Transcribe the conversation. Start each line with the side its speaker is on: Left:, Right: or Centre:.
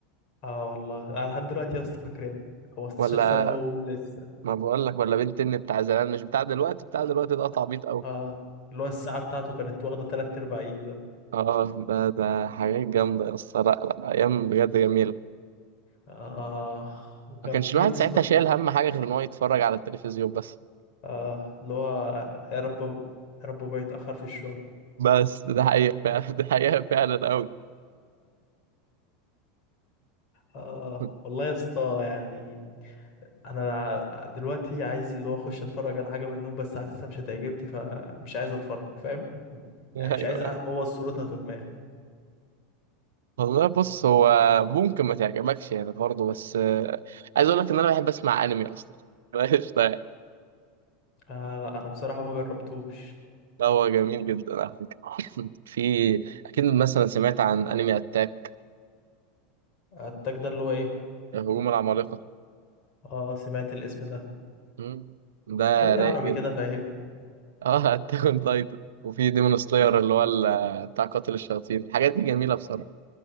Left: اه والله انا لحد دلوقتي يا اسطى فاكرينه 15
Right: ولا
Left: سنة هو لسه
Right: ما بقول لك ولا بنت الني بتاع زمان مش بتاع دلوقتي بتاع دلوقتي ده تعبيط
Left: اه
Right: قوي
Left: آه، اللي هو الساعة بتاعته كانت واخدة تلات أرباع ايده ده
Right: اه ده ده حاجات جامدة يا اسطى لا لا، ايام بجد جميلة
Left: اه وكان
Right: ما كانش
Left: في
Right: الواحد
Left: يا اسطى
Right: ساعتها شايل هم حاجة غير ان هو يتفرج على التلفزيون بس
Left: اه اللي هو يا رب يا رب ما يتأخر في الشغل
Right: بس ده حقيقة فعلا ده حقيقة فعلا قوي
Left: اه
Right: <laughs>
Left: والله يا اسطى يعني انا ع- دلوقتي عايز اللي هو اخش اتفرج على حاجة منهم بس حاسسها مش هتعجبني فمش عايز اتفرج فاهم
Right: ايوه
Left: يعني مش
Right: ايوه
Left: عايز ابوظ صورتها في دماغي
Right: والله بص هو ممكن ما تعجبكش يعني برضه بس آه، عايز اقول لك ان انا بحب اسمع انمي اصلا <laughs> قشطة يعني.
Left: آه لا انا بصراحة ما جربتوش
Right: لا هو جميل جدا على فكره <laughs> في اكيد مثلا سمعت عن انمي اتاك
Left: آه، التاج ده اللي هو ايه
Right: هجوم العمالقه
Left: اه سمعت الاسم ده
Right: مم. ده
Left: قول لي عربي
Right: رايق جدا
Left: كده
Right: <laughs>
Left: فاهمني
Right: اه اتاك اون تايتن وفي ديمون سلاير اللي هو ال- آه، بتاع قاتل الشياطين الحاجات دي جميله بصراحه